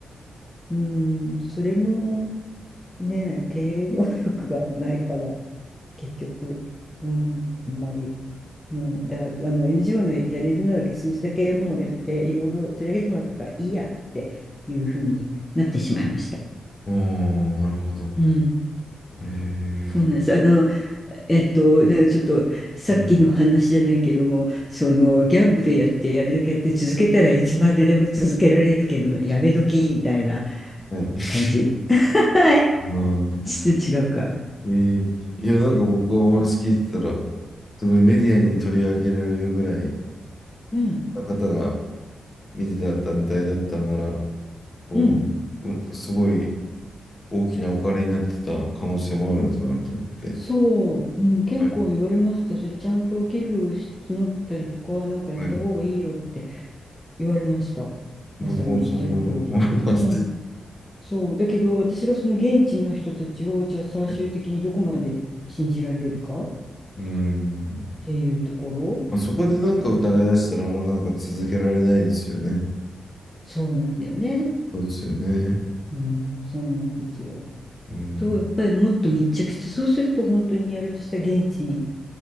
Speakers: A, on the left (about 15°); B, on the left (about 35°).
A: うん、それもね、経営能力がないから、結局、うん、あんまり、もう、だ、あの、NGO のやれるのだけ、数字だけもうやって、いろいろ取り上げてもらったからいいやっていうふうになってしまいました。
B: おー、なるほど。
A: うん、
B: ええ
A: そうなんです。あの、えっと、なんかちょっとさっきの話じゃないけども、
B: はい。
A: そのギャンブルやってやるだけやって続けたらいつまででも続けられるけども、やめ時みたいな
B: はい。<laughs>
A: 感じ。<laughs> はい。
B: あー
A: ちょっと違うか。
B: えーいや、なんか僕はお話聞いてたら、すごいメディアに取り上げられるぐらい、
A: うん、
B: な方が見てた団体だったなら、こう、
A: うん。
B: うすごい大きなお金になってた可能性もあるのかなと思って、
A: そう、うん、結構言われました。
B: はい、
A: それちゃんと寄付をし募ったりとか、なんかやった方がいいよって
B: はい、
A: 言われました。
B: 僕もそう思い思います。
A: まさにおっしゃる通り。うん、そう。だけど、私がその現地の人たちを、じゃあ最終的にどこまで信じられるかっ
B: <laughs> うん。
A: ていうところ、
B: まあ、そこでなんか疑い出したらもうなんか続けられないですよね。
A: やっぱそうなんだよね。
B: そうですよね。
A: うん、そうなんですよ。
B: うん。
A: と、やっぱりもっと密着して、そうすると本当にやるとしたら現地に